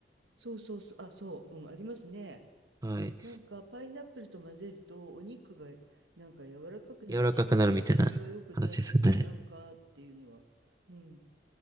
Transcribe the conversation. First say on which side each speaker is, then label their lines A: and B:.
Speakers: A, on the right; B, on the right.
A: そうそうそう、あ、そう、うん、ありますね。
B: はい。
A: なんかパイナップルと混ぜるとお肉がなんか柔らかくなって消化吸収が良くなるとかなんかっていうのは、
B: 柔らかくなるみたいな話ですよね。
A: うん、